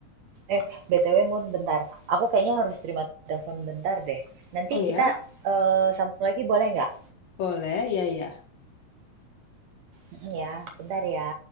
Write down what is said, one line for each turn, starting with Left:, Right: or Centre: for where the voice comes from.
Right: Eh, BTW Mun, bentar. Aku kayaknya harus terima telepon bentar deh. Nanti
Left: Oh ya,
Right: kita eh, sambung lagi boleh nggak?
Left: boleh ya ya.
Right: Mm, Ya, bentar ya.